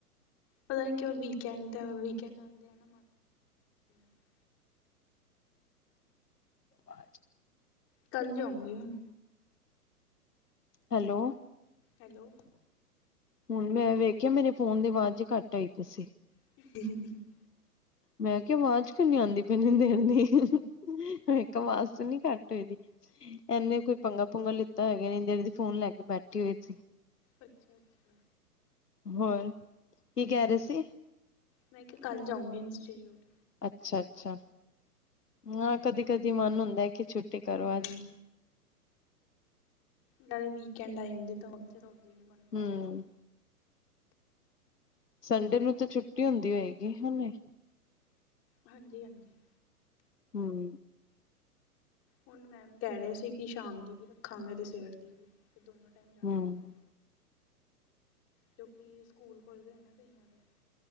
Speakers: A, on the left; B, on the left.
A: ਪਤਾ ਨੀ ਕਿ ਉਹ ਵੀਕਐਂਡ ਵੀਕਐਂਡ ਆਉਂਦੇ ਨੀ ਚ।
B: ਅ
A: ਕੱਲ ਜਾਉਂਗੀ ਹੁਣ
B: ਹੈਲੋ
A: ਹੈਲੋ
B: ਹੁਣ ਮੈਂ ਵੇਖਿਆ ਮੇਰੇ ਫੋਨ ਦੀ ਆਵਾਜ਼ ਜ ਘੱਟ ਆਈ ਤੁਸੀਂ
A: ਹ
B: ਮੈਂ ਕਿਹਾ ਆਵਾਜ਼ ਕਿਉ ਨੀ ਆਉਂਦੀ ਪਹਿਲੇ ਦੇਰ ਦੀ ਵੇਖਾ ਆਵਾਜ਼ ਤੇ ਨਹੀ ਘੱਟ ਇਹਨੇ ਕੋਈ ਪੰਗਾ ਪੁੰਗਗਾ ਲਿੱਤਾ ਹੈਗਾ ਨ ਫੋਨ ਲੈ ਕੇ ਬੈਠੀ ਹੋਈ ਸੀ
A: ਅੱਛਾ ਅੱਛਾ
B: ਹੋਣ, ਕੀ ਕਹਿ ਰਹੇ ਸੀ
A: ਮੈਂ ਕਿਹਾ ਕੱਲ੍ਹ ਜਾਊਂਗੀ ਇੰਸਟੀਚਿਊਟ
B: ਅੱਛਾ- ਅੱਛਾ, ਨਾ ਕਦੀ- ਕਦੀ ਮਨ ਹੁੰਦਾ ਕਿ ਛੁੱਟੀ ਕਰੋ
A: ਹਮ
B: ਅੱਜ
A: ਨਾਲੇ ਵੀਕਐਂਡ ਆ ਜਾਂਦੇ ਤਾਂ ਉੱਥੇ ਤਾਂ ਓਦ ਹੀ ਮਨ ਨਹੀ ਕਰਦਾ
B: ਹਮ ਸੰਡੇ ਨੂੰ ਤਾਂ ਛੁੱਟੀ ਹੁੰਦੀ ਹੋਏਗੀ ਕਿ ਨਹੀ
A: ਹਾਂਜੀ ਹਾਂਜੀ
B: ਹਮ
A: ਹੁਣ ਮੈਮ ਕਹਿ ਰਹੇ ਸੀ ਕਿ ਸ਼ਾਮ ਦੀ ਵੀ ਰੱਖਾਂਗੇ ਤੇ ਸਵੇਰ ਦੀ ਵੀ ਤੇ ਦੋਨੋ ਟਾਈਮ ਜਾਣਾ
B: ਹਮ
A: ਪੈਣਾ ਕਿਉਂਕਿ ਖੁੱਲ੍ਹ ਗਏ ਨਾ ਕਈਆਂ ਦੇ